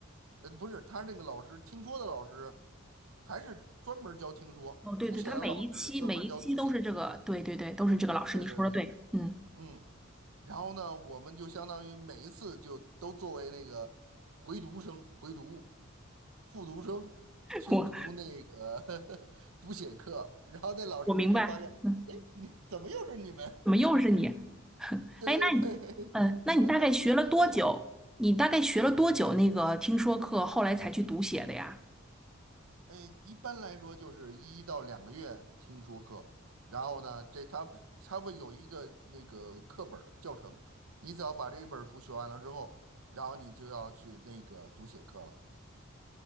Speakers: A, on the right; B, in the centre.
A: 呃，不是，他那个老师听说的老师，还是专门儿教听说，
B: 哦，对对，
A: 读写的老师是专门儿教读写。
B: 他每一期每一期都是这个，对对对，都是这个老师，
A: 对对对，
B: 你说的对，嗯，
A: 嗯。然后呢，我们就相当于每一次就都作为那个回读生、回读、复读生去读那个
B: <laughs> 我
A: <laughs> 读写课，然后那老师就发现，
B: 我明白。嗯。
A: 哎，你怎么又是你们？
B: 怎么又是你？<laughs>
A: <laughs> 对对对，
B: 哎，那你，
A: <laughs>
B: 嗯，那你大概学了多久？
A: 你们都已经在读，
B: 你大概学了多久那个听说课，后来才去读写的呀？
A: 哎，一般来说就是一到两个月听说课，然后呢，这他他会有一个那个课本儿教程，你只要把这一本儿书学完了之后，然后你就要去那个读写课了。